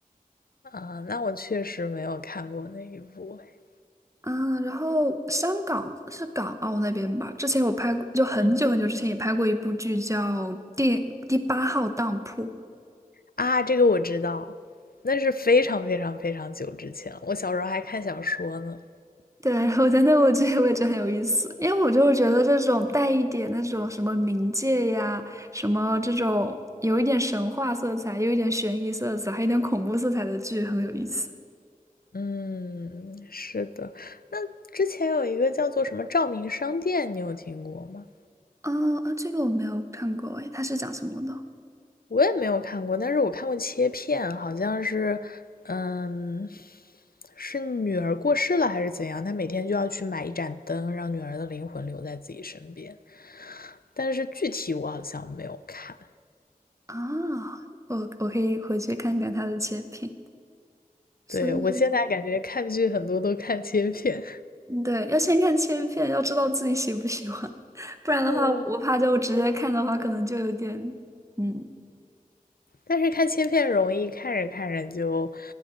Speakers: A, on the left; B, on the right.
A: 啊，那我确实没有看过那一部哎。
B: 嗯，然后香港是港澳那边吧？之前我拍过，就很久很久之前也拍过一部剧叫《第第八号当铺》，
A: 嗯，啊，这个我知道，那是非常非常非常久之前了，我小时候还看小说呢。
B: 对，<laughs> 我真的我觉得我也觉得很有意思，因为我就是觉得这种带一点那种什么冥界呀，什么这种有一点神话色彩，又有一点悬疑色彩，还有一点恐怖色彩的剧很有意思。
A: 嗯，是的。那之前有一个叫做什么《照明商店》，你有听过吗？
B: 哦啊，这个我没有看过，诶，它是讲什么的？
A: 我也没有看过，但是我看过切片，好像是，嗯，是女儿过世了还是怎样，她每天就要去买一盏灯，让女儿的灵魂留在自己身边。但是具体我好像没有看。
B: 啊，我我可以回去看看它的切片。所以，
A: 对，我现在感觉看剧很多都看切片，
B: 对，要先看切片，要知道自己喜不喜欢，<laughs> 不然的话，
A: <laughs> 嗯，
B: 我怕就直接看的话，可能就有点，嗯
A: 但是看切片容易看着看着就